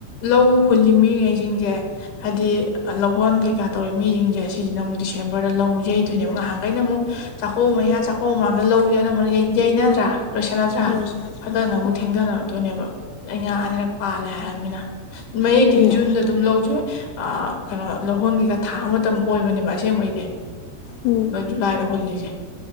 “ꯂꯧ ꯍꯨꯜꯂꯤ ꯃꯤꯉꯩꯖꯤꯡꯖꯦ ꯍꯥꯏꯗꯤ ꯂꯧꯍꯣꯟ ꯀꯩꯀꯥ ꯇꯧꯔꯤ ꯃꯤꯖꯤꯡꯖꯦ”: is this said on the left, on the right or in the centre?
Left